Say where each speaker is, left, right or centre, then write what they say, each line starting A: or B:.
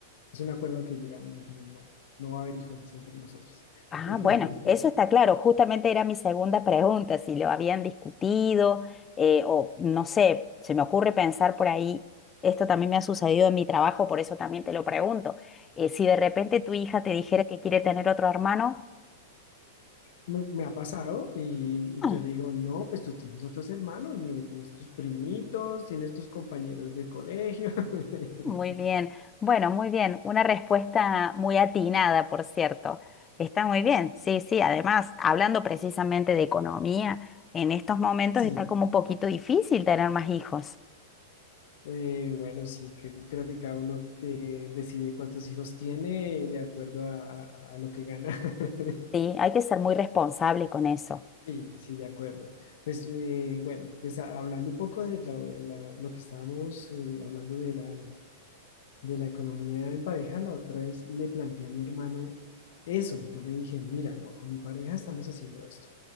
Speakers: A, on the left; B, on the left.
A: es un acuerdo al que llegamos, dijimos, no, no va a haber hijos entre nosotros.
B: Ah,
A: <laughs>
B: bueno, eso está claro. Justamente era mi segunda pregunta, si lo habían discutido eh, o no sé, se me ocurre pensar por ahí, esto también me ha sucedido en mi trabajo, por eso también te lo pregunto. Eh, si de repente tu hija te dijera que quiere tener otro hermano,
A: Me, me ha pasado y
B: ah,
A: yo le digo, no, pues tú tienes otros hermanos, mire, tienes tus primitos, tienes tus compañeros de colegio. <laughs>
B: Muy bien. Bueno, muy bien. Una respuesta muy atinada, por cierto. Está muy bien. Sí, sí. Además, hablando precisamente de economía, en estos momentos
A: Sí,
B: está como un poquito difícil tener más hijos.
A: Eh, bueno, sí, que creo que cada uno eh, decide cuántos hijos tiene de acuerdo a, a- a lo que gana. <laughs>
B: Sí, hay que ser muy responsable con eso.
A: Sí, sí, de acuerdo. Pues eh, bueno, pues a- hablando un poco de, la- de la- lo que estábamos eh, hablando de la, de la economía en pareja, la otra vez le planteé a mi hermano eso. Yo le dije, mira, no, con mi pareja estamos haciendo esto.